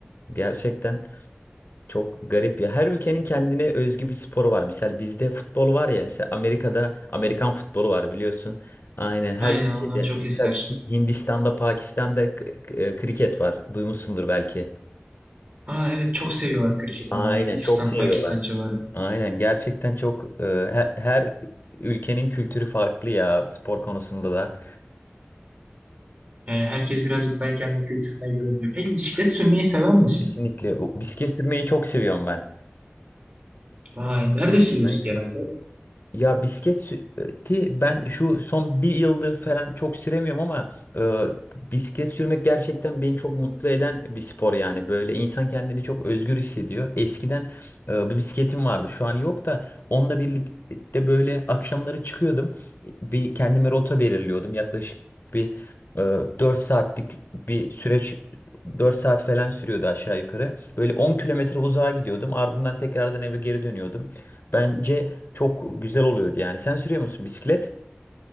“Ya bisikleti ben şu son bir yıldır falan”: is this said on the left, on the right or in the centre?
Left